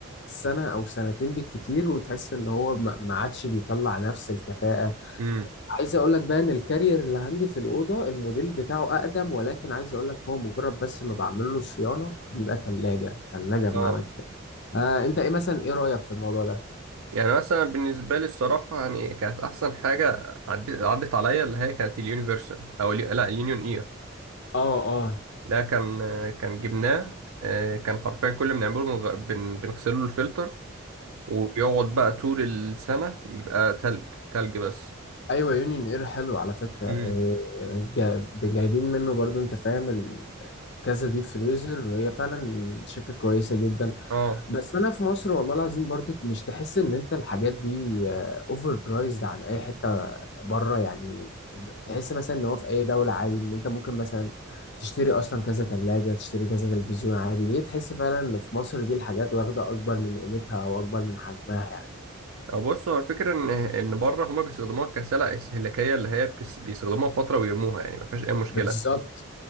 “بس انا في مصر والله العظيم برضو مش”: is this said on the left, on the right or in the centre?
Left